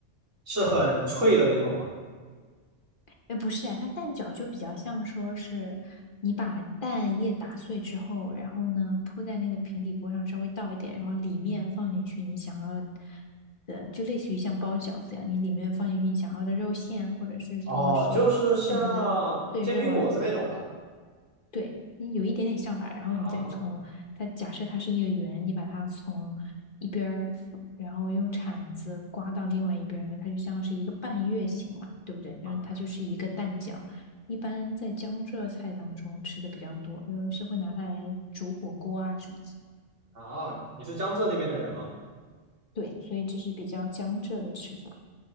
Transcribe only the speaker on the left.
哎，不是哎，它蛋饺就比较像说是你把蛋液打碎之后，然后呢铺在那个平底锅上，稍微倒一点，然后里面放进去你想要的，就类似于像包饺子一样，你里面放进去你想要的肉馅，或者是说是任何的碎肉啊，
对，你有一点点像吧，然后你再从它假设它是一个圆，
你把它从一边儿然后用铲子刮到另外一边儿然后它就像是一个半月形嘛，对不对？然后它就是一个蛋饺，
一般在江浙菜当中吃的比较多，因为是会拿它来煮火锅啊什么的。
对，所以这是比较江浙的吃法。